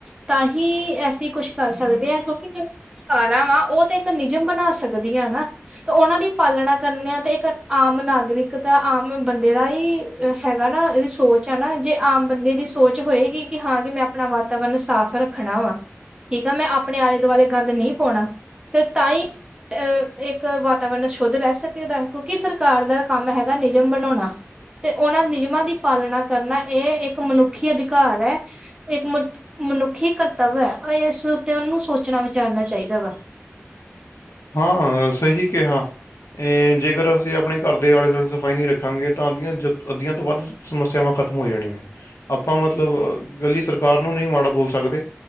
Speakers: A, on the right; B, on the left.
A: ਤਾਂ ਹੀ ਐਸੀਂ ਕੁਛ ਕਰ ਸਕਦੇ ਹਾਂ ਕਿਉਂਕਿ ਜ ਸਰਕਾਰਾਂ ਵਾ ਉਹ ਤੇ ਇੱਕ ਨਿਯਮ ਬਣਾ ਸਕਦੀਆਂ ਨਾ। ਤੇ ਉਹਨਾਂ ਦੀ ਪਾਲਣਾ ਕਰਨੇਂ ਆ, ਤੇ ਇੱਕ ਆਮ ਨਾਗਰਿਕ ਇੱਕ ਤਾਂ ਆਮ ਬੰਦੇ ਦਾ ਹੀ ਹੈਗਾ ਨਾ, ਇਹਦੀ ਸੋਚ ਐ ਨਾ ਜੇ ਆਮ ਬੰਦੇ ਦੀ ਸੋਚ ਹੋਏਗੀ ਕਿ ਹਾਂ, ਕਿ ਮੈਂ ਆਪਣਾ ਵਾਤਾਵਰਨ ਸਾਫ਼ ਰੱਖਣਾ ਵਾ, ਠੀਕ ਆ ਮੈਂ ਆਪਣੇ ਆਲੇ ਦੁਆਲੇ ਗੰਦ ਨਹੀਂ ਪਾਉਣਾ। ਤੇ ਤਾਂ ਈ ਇੱਕ ਵਾਤਾਵਰਨ ਸ਼ੁੱਧ ਰਹਿ ਸਕੇ ਦੈ, ਕਿਉਂਕਿ ਸਰਕਾਰ ਦਾ ਕੰਮ ਹੈਗਾ ਨਿਜਮ ਬਣਾਉਣਾ। ਤੇ ਉਹਨਾਂ ਨਿਜਮਾਂ ਦੀ ਪਾਲਣਾ ਕਰਨਾ ਇਹ ਇੱਕ ਮਨੁੱਖੀ ਅਧਿਕਾਰ ਐ, ਇੱਕ ਮ ਮਨੁੱਖੀ ਕਰਤੱਵ ਐ, ਇਸ ਉੱਤੇ ਉਹਨੂੰ ਸੋਚਣਾ ਵਿਚਾਰਨਾ ਚਾਹੀਦਾ ਵਾ।
B: ਹਾਂ-ਹਾਂ, ਸਹੀ ਕਿਹਾ। ਜੇ ਜ਼ੇਕਰ ਅਸੀਂ ਆਪਣੇ ਕਰ ਦੇ ਆਲੇ ਦੁਆਲੇ ਸਫਾਈ ਨਹੀਂ ਰੱਖਾਂਗੇ ਤਾਂ ਅੱਧੀਆਂ ਜ ਅੱਧੀਆਂ ਤੋਂ ਵੱਧ ਸਮੱਸਿਆਵਾਂ ਖ਼ਤਮ ਹੋ ਜਾਣੀਆਂ ਨੇ, ਆਪਾਂ ਮਤਲਬ ਕਲੀ ਸਰਕਾਰ ਨੂੰ ਨਹੀਂ ਮਾੜਾ ਬੋਲ ਸਕਦੇ।